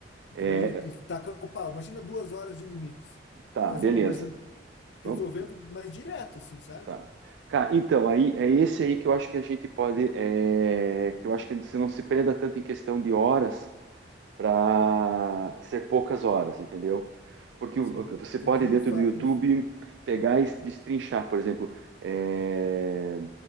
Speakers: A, on the left (about 70°); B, on the right (about 75°).
A: entendeu?
B: É,
A: E, e taca o pau. Imagina duas horas de limites,
B: tá,
A: fazendo
B: beleza.
A: mais, resolvendo
B: Vamos,
A: mais direto, assim, sabe?
B: tá. Cara, então, aí é esse aí que eu acho que a gente pode. é, que eu acho que você não se prenda tanto em questão de horas para ser poucas horas, entendeu? Porque o-
A: Sim,
B: o- você
A: tem
B: pode,
A: que ir.
B: dentro
A: fa-
B: do YouTube,
A: e-
B: pegar e destrinchar, por exemplo, é,